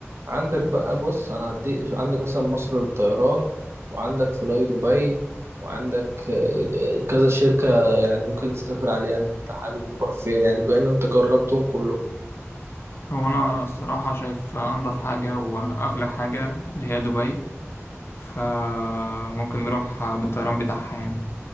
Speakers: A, on the right; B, on the left.
A: عندك
B: ليه.
A: بقى بص انا هديك عندك مثلا مصر للطيران وعندك فلاي دبي وعندك آه، كذا شركة يعني ممكن تسافر عليها انت حابب نروح فين يعني بان انت جربتهم كلهم
B: هو أنا الصراحة شايف أنظف حاجة وأغلى حاجة اللي هي دبي فممكن نروح بالطيران بتاعها يعني